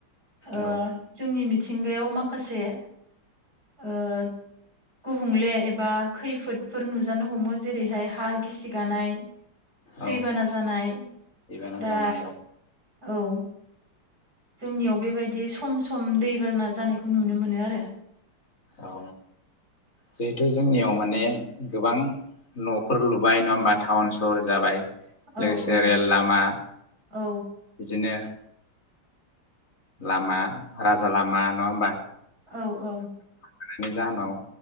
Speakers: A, on the right; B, on the left.
A: ओ
B: औ
A: जोंनि मि थिंगायाव माखासे ओ गुबुंले एबा खैफोदफोर नुजानो हमो जेरैहाय हा गिसिगानाय दैबाना
B: औ
A: जानाय
B: दैबाना
A: दा
B: जानायाव
A: औ जोंनियाव बेबायदि सम सम दैबाना जानायखौ नुनो मोनो आरो
B: औ जिहेथु जोंनियाव माने गोबां न'फोर लुबाय नङा होमबा टाउन सहर जाबाय
A: औ
B: लोगोसे
A: औ
B: रेल लामा
A: औ
B: बिदिनो लामा राजा लामा नङा होमबा
A: औ औ
B: बानायनायनि जाहोनाव